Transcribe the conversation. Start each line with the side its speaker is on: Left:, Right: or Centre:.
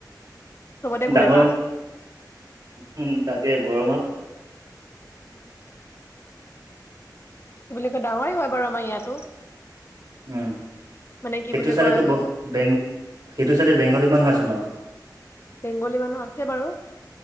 Left: চবতে ঘূৰিবা।
Right: ডাঙৰ <unintelligible> তাকে গৰমত
Left: হম। কি বুলি কয় ডাঙৰেই হয় বাৰু আমাৰ ইয়াতো।
Right: উম
Left: মানে কি
Right: সেইটো
Left: বুলি
Right: চাইদেটো
Left: কয়
Right: বেং-বেংগুলি সেইটো চাইডে বেংগুলী মানুহ আছে ন'।
Left: বেংগলী মানুহ আছে বাৰু